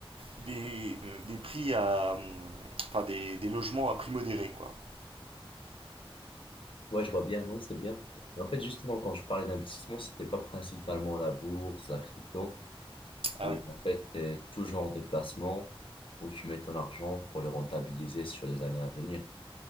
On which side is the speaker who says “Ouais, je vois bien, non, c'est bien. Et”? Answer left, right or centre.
Left